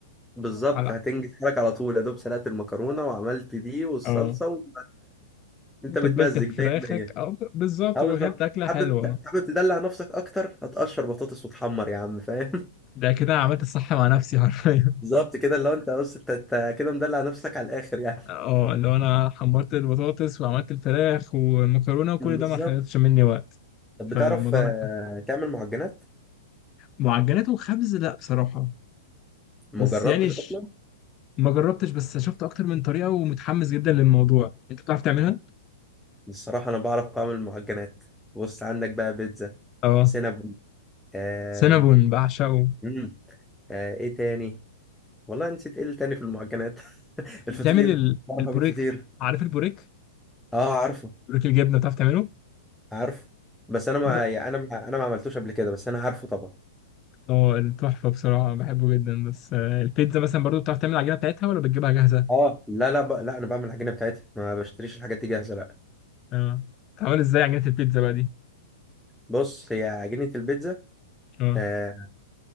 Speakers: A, in the centre; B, on the left (about 35°).
A: بالظبط
B: على
A: هتنجز حالك على طول يا دوب سلقت المكرونه وعملت دي والصلصه
B: اه
A: انت
B: وتبلت
A: بتمزج
B: فراخك
A: 100%
B: أو ب- بالظبط
A: اه
B: وكانت
A: بالظبط
B: أكلة
A: حابب
B: حلوة
A: حابب تدلع نفسك اكتر هتقشر بطاطس وتحمر يا عم فاهم
B: ده كده عملت الصح مع نفسي <laughs> حرفيا
A: <laughs> بالظبط كده اللي هو انت بص انت انت كده مدلع نفسك على الاخر يعني
B: اه لو أنا حمرت البطاطس وعملت الفراخ والمكرونة وكل
A: <laughs> بالظبط
B: ده ما خدتش مني وقت
A: طب
B: فالموضوع
A: بتعرف آه، تعمل معجنات
B: معجنات وخبز لا بصراحة
A: ما
B: بس
A: جربتش
B: يعني ش...
A: اصلا
B: ما جربتش بس شفت أكتر من طريقة ومتحمس جدا للموضوع أنت بتعرف تعملها؟
A: الصراحه انا بعرف اعمل معجنات بص عندك بقى بيتزا
B: اه
A: سينابون آم،
B: سينابون بعشقه
A: مم، آه، ايه تاني والله نسيت ايه اللي تاني في المعجنات <laughs>
B: بتعمل
A: الفطير
B: ال-
A: بعرف
B: البوريك
A: اعمل فطير
B: عارف البوريك
A: اه عارفه
B: بوريك الجبنه بتعرف تعمله
A: عارف بس انا ما
B: بتاع
A: يعني انا ما انا ما عملتوش قبل كده بس انا عارفه طبعا
B: اه التحفه بصراحه بحبه جدا بس آه، البيتزا مثلا برضو بتعرف تعمل العجينه بتاعتها ولا بتجيبها جاهزه
A: اه لا لا ب... لا انا بعمل العجينه بتاعتها ما بشتريش الحاجات دي جاهزه لا
B: اه بتعمل ازاي عجينه البيتزا بقى دي
A: بص هي عجينه البيتزا
B: اه
A: آه